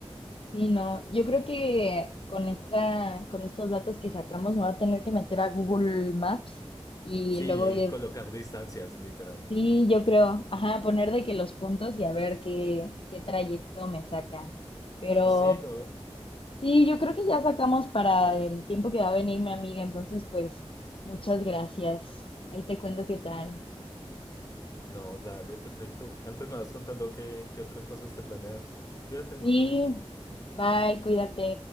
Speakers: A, on the left (about 55°); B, on the left (about 35°).
A: sí, no. Yo creo que con esta, con estos datos que sacamos me voy a tener que meter a Google Maps y
B: Sí,
A: luego
B: y
A: ir.
B: colocar distancias, literal.
A: Sí, yo creo. Ajá, poner de que los puntos y a ver qué, qué trayecto me saca. Pero
B: Sí, no.
A: Sí, yo creo que ya sacamos para el tiempo que va a venir mi amiga, entonces pues muchas gracias. Ahí te cuento qué tal.
B: No, dale, perfecto. Antes me vas contando qué, qué otras cosas te planeas. Cuídate, nos
A: Sí,
B: vemos.
A: bye, cuídate.